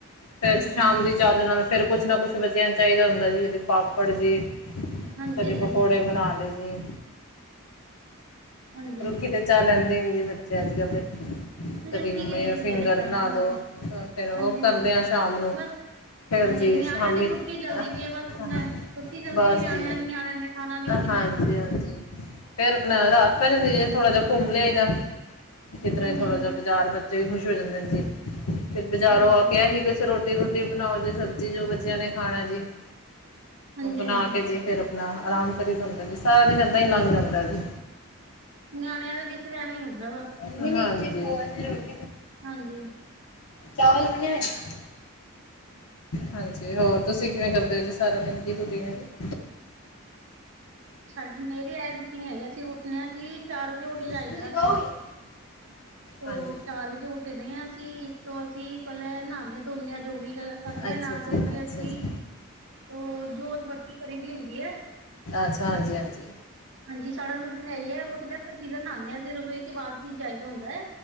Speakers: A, on the left; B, on the right.
A: ਫੇਰ
B: ਹਾਂਜੀ-ਹਾਂਜੀ,
A: ਸ਼ਾਮ ਦੀ ਚਾਅ ਦੇ ਨਾਲ ਫੇਰ ਕੁੱਛ ਨਾ ਕੁੱਛ ਬਚੇਆ ਨੂੰ ਚਾਈਦਾ ਹੁੰਦੈ ਜੀ, ਕਦੀ ਪਾਪੜ ਜੀ
B: ਹਾਂਜੀ-ਹਾਂਜੀ,
A: ਕਦੀ ਪਕੋੜੇ
B: ਹਾਂਜੀ। ਹਾਂਜੀ,
A: ਬਨਾ ਲਏ ਜੀ।
B: ਹਾਂਜੀ ਹਾਂਜੀ
A: ਰੁਖੀ ਤੇ ਚਾਅ ਲੈਦੇ ਨੀ ਜੀ ਬੱਚੇ ਆੱਜ-ਕਾੱਲ ਦੇ
B: ਹਾਂਜੀ
A: ਕਦੀ
B: ਰੁੱਖੀ
A: ਮੰਮੀ
B: ਕਿੱਦੇ
A: ਓ
B: ਪੀਂਦੇ
A: ਫਿੰਗਰ
B: ਨੇ ਚਾਹ
A: ਬਨਾ
B: ਹਾਂਜੀ,
A: ਦੋ, ਫੇਰ ਓ
B: ਹਾਂਜੀ-ਹਾਂਜੀ
A: ਕਰਦੇ ਆ ਸ਼ਾਮ ਨੂੰ
B: ਬਸ
A: ਫੇਰ
B: ਹਾਂਜੀ
A: ਜੀ
B: ਨਿਆਣਿਆਂ
A: ਸ਼ਾਮੀ
B: ਦੀ
A: ਅਹ,
B: ਛੁੱਟੀ ਚੱਲਦੀ ਪਈ ਏ ਬਸ ਪੰਗਾ
A: ਅਹ
B: ਹੈ। ਛੁੱਟੀ ਚੱਲਦੀ
A: ਬਾੱਸ
B: ਏ ਨਿਆਣਿਆਂ
A: ਜੀ।
B: ਨਿਆਣਿਆਂ ਨੇ ਖਾਣਾ ਨੀ ਉਹ ਕਿੰਨੇ
A: ਹਾਂਜੀ-ਹਾਂਜੀ।
B: ਖਾਣਾ।
A: ਫੇਰ ਅਪਨਾ ਰਾਤ ਪੈ ਜਾਂਦੀ ਜੇ ਥੋੜਾ ਜਾ ਘੁੰਮ ਲਿਆਈ ਦਾ, ਕਿੱਦਰੇ
B: ਹਾਂਜੀ-ਹਾਂਜੀ,
A: ਥੋੜਾ ਜਾ ਬਾਜਾਰ-ਬਜ ਬੱਚੇ ਵੀ ਖੁਸ਼ ਹੋ ਜਾਂਦੇਨ ਜੀ, ਫਿਰ ਬਾਜਾਰੋ
B: ਹਾਂਜੀ-ਹਾਂਜੀ,
A: ਆ ਕੇ ਐਹੀ ਕੁੱਛ ਰੋਟ ਫੇਰ ਰੋਟੀ ਬਨਾਓ ਜੀ, ਸਬਜੀ ਜੋ ਬੱਚੇਆਂ ਨੇ ਖਾਣੈ ਜੀ,
B: ਹਾਂਜੀ-ਹਾਂਜੀ
A: ਓ ਬਨਾ ਕੇ ਜੀ ਫੇਰ ਨਾ ਅਰਾਮ ਕਰੀਦਾ ਹੂੰਦੈ ਜੀ, ਸਾਰਾ ਦਿਨ ਏਦਾਂ ਈ ਲਾੰਘ ਜਾਦੈ ਜੀ।
B: ਨਿਆਣੇਆਂ ਦੇ ਵਿਚ ਤਾਂ ਐਂਵੇ ਈ ਹੁੰਦੈ ਬਾੱਸ।
A: <inaudible>
B: ਹਾਂਜੀ।
A: ਚਾਵਲ ਬਨੇ ਹੋਏਨ ਹਾਂਜੀ, ਹੋਰ ਤੂਸੀ ਕਿਂਵੇ ਕਰਦੇ ਓ ਜੀ ਸਾਰਾ ਦਿਨ, ਕੀ ਰੋਟੀਨ ਏ ਜੀ?
B: ਸਾਡ, ਮੇਰੀ ਐ ਰੁਟੀਨ ਹੈਗੀ, ਅਸੀ ਉਠਨੈ ਅਸੀ ਚਾਰ ਵਜੇ ਉਠ ਜਾਈਦੈ
A: ਤੁਸੀਂ
B: ਅਸੀ।
A: ਕਹੋਗੇ
B: ਤੋ
A: ਹਾਂਜੀ
B: ਚਾਰ ਵਜੇ ਉਠਦੇ ਆਂ ਅਸੀ, ਤੋ ਅਸੀ ਪੈਲੇ ਨ੍ਹਾਨੇ ਧੋਨੇ ਆ ਜੋ ਵੀ ਅ ਕਰਨੇ
A: ਅੱਛਾ
B: ਆ ਨ੍ਹਾ ਧੋ
A: ਜੀ
B: ਕੇ
A: ਅੱਛਾ
B: ਅਸੀ,
A: ਜੀ
B: ਓ ਜੋਤ ਬੱਤੀ ਕਰੀ ਦੀ ਹੁੰਦੀ ਐ।
A: ਅਛਾ ਹਾਂਜੀ-ਹਾਂਜੀ।
B: ਹਾਂਜੀ, ਸਾਡਾ ਰੂਟੀਨ ਐਈ ਐ, ਉਠ ਦੇ ਪਰ ਸੀਦਾ ਨ੍ਹਾਨੇ ਆਂ ਅਸੀ, ਰਸੋਈ ਚ ਬਾਦ ਚ ਜਾਈਦਾ ਹੁੰਦੈ।